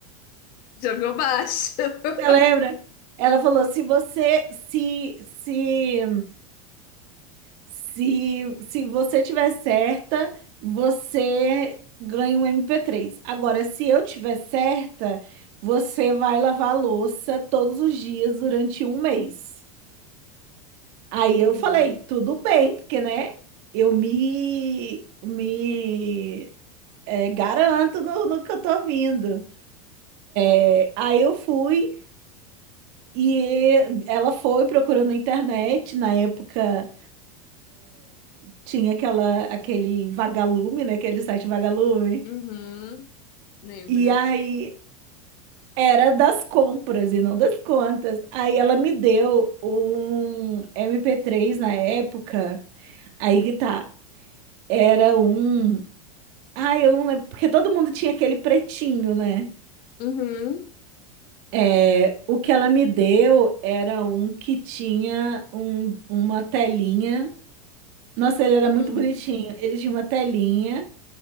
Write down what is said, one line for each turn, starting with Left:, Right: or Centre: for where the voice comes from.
Left: Jogou baixo. <laughs>
Right: você lembra? Ela falou: se você, se, se, se, se você tiver certa, você ganha um mp três. Agora, se eu tiver certa, você vai lavar a louça todos os dias durante um mês. Aí
Left: Uhum.
Right: eu falei, tudo bem, porque, né, eu me, me eh, garanto no, no que eu tô vindo. Eh, Aí eu fui e ela foi procurando na internet. Na época tinha aquela, aquele Vagalume, né, aquele site Vagalume.
Left: Uhum, lembro.
Right: E aí era das compras e não das contas. Aí ela me deu um mp três na época. Aí que tá, era um. Ai, eu não lembro, porque todo mundo tinha aquele pretinho, né?
Left: Uhum,
Right: É, O que ela me deu era um que tinha um- uma telinha. Nossa, ele era
Left: hum,
Right: muito bonitinho. Ele tinha uma telinha